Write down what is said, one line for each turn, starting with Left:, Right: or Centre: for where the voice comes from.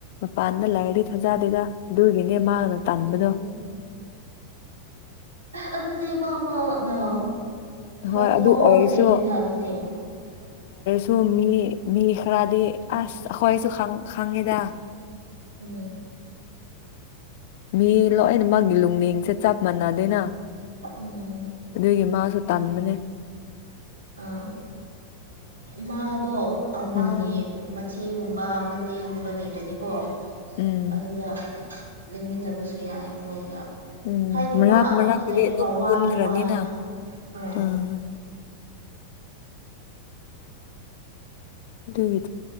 Left: ꯄꯥꯟꯗ ꯂꯥꯏꯔꯗꯤ ꯊꯥꯖꯗꯦꯗꯥ ꯑꯗꯨꯒꯤꯅꯦ ꯃꯥꯅ ꯇꯥꯟꯕꯗꯣ
Right: ꯎꯝ ꯑꯗꯨꯗꯤ ꯃꯥ ꯃꯥꯅ ꯃꯥ
Left: ꯍꯣꯏ ꯑꯗꯨ
Right: ꯃꯉꯣꯟꯗ
Left: ꯑꯣꯏꯔꯁꯨ
Right: ꯂꯩꯔꯦꯅꯥ ꯑꯗꯨꯗꯤ
Left: ꯁꯨꯝ ꯃꯤ ꯃꯤ ꯈꯔꯗꯤ ꯑꯁ ꯑꯈꯣꯏꯁꯨ ꯈꯪ ꯈꯪꯉꯦꯗꯥ
Right: ꯎꯝ
Left: ꯃꯤ ꯂꯣꯏꯅ ꯃꯛꯒꯤ ꯂꯨꯡꯂꯦꯡꯁꯦ ꯆꯞ ꯃꯥꯟꯅꯗꯦꯅꯥ
Right: ꯎꯝ ꯎꯝ
Left: ꯑꯗꯨꯒꯤ ꯃꯥꯁꯨ ꯇꯥꯟꯕꯅꯦ
Right: ꯑꯥ ꯃꯥꯗꯣ ꯃꯥꯒꯤ
Left: ꯎꯝ
Right: ꯃꯆꯦ ꯃꯆꯦꯒꯨꯝꯕ ꯃꯅꯦꯒꯨꯝꯕ ꯂꯩꯔꯗꯤꯀꯣ
Left: ꯎꯝ
Right: ꯑꯗꯨꯗ ꯂꯩꯃꯤꯟꯅꯕꯁꯨ ꯌꯥꯏ ꯃꯣꯏꯒ
Left: ꯎꯝ
Right: ꯍꯥꯏꯗꯤ
Left: ꯃꯔꯛ
Right: ꯃꯥ ꯑꯗꯨꯗ
Left: ꯃꯔꯛ ꯀꯤꯗꯤ
Right: ꯂꯩꯔꯒ
Left: ꯑꯗꯨꯝ
Right: ꯋꯥꯗꯤ
Left: ꯄꯨꯟꯈ꯭ꯔꯅꯤꯅ
Right: ꯋꯥꯏꯅ ꯑꯥ
Left: ꯎꯝ ꯗꯨꯏ